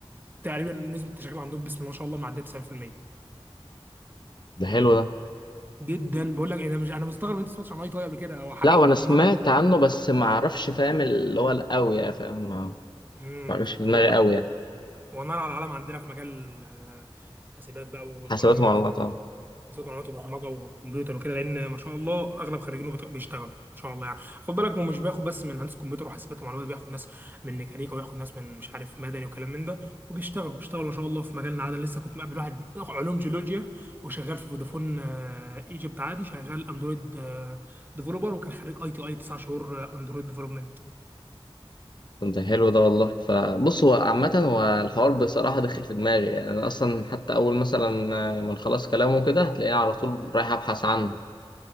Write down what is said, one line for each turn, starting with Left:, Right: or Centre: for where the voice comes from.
Right: تقريبا نسبه التشغيل عندهم بسم الله ما شاء الله معديه 90%
Left: ده حلو ده
Right: جدا بقول لك إيه، انا مش انا مستغرب ان انت ما سمعتش عن اي تي اي قبل كده هو حاجه
Left: لا وانا سمعت
Right: نعم.
Left: عنه بس ما اعرفش فاهم اللي هو القوي يعني فاهم ما
Right: مم.
Left: ما جاش في دماغي
Right: هو
Left: قوي يعني
Right: ونار على العالم عندنا في مجال آه، حاسبات بقى والبرمجه
Left: حسابات معلومات
Right: وكده
Left: اه
Right: حاسبات معلومات وبرمجه وكمبيوتر وكده لان ما شاء الله اغلب خريجينه بت- بيشتغلوا ان شاء الله يعني خد بالك هو مش بياخد بس من هندسه كمبيوتر وحاسبات ومعلومات بياخد ناس من ميكانيكا وياخد ناس من مش عارف مدني وكلام من ده وبيشتغلوا بيشتغلوا ما شاء الله في مجالنا عادي لسه كنت مقابل واحد علوم جيولوجيا وشغال في فودافون آه، ايجيبت عادي شغال اندرويد ديفلوبر وكان خريج اي تي اي 9 شهور آه، اندرويد ديفلوبمنت
Left: طب ده حلو ده والله فبص هو عامة هو الحوار بصراحة دخل في دماغي يعني أنا أصلا حتى أول مثلا ما نخلص كلامه كده هتلاقيني على طول رايح أبحث عنه